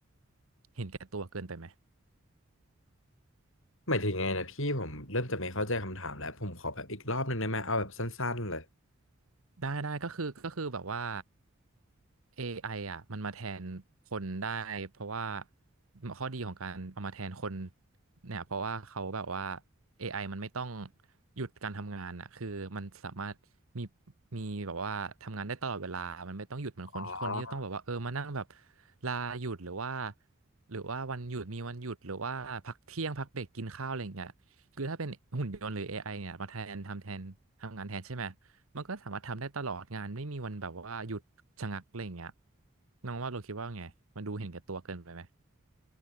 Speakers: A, on the right; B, on the left.
A: เห็นแก่ตัวเกินไปไหม
B: หมายถึงไงนะพี่ผมเริ่มจะไม่เข้าใจคำถามแล้วผมขอแบบอีกรอบหนึ่งได้ไหมเอาแบบสั้นๆเลย
A: ได้ได้ก็คือก็คือแบบว่า AI อไออ่ะมันมาแทนคนได้เพราะว่าข้อดีของการเอามาแทนคนเนี่ยเพราะว่าเขาแบบว่า AI มันไม่ต้องหยุดการทำงานอ่ะคือมันสามารถมีมีแบบว่าทำงานได้ตลอดเวลามันไม่ต้องหยุดเหมือนคนที่คนที่จะต้องแบบว่าเออมานั่งแบบ
B: อ๋อ
A: ลาหยุดหรือว่าหรือว่าวันหยุดมีวันหยุดหรือว่าพักเที่ยงพักเบรกกินข้าวอะไรอย่างเงี้ยคือถ้าเป็นหุ่นยนต์หรือ AI เนี่ยมาแทนทำแทนทำงานแทนใช่ไหม มันก็สามารถทำได้ตลอดงานไม่มีวันแบบว่าหยุดชะงักอะไรอย่างเงี้ยน้องว่าเราคิดว่าไงมันดูเห็นแก่ตัวเกินไปไหม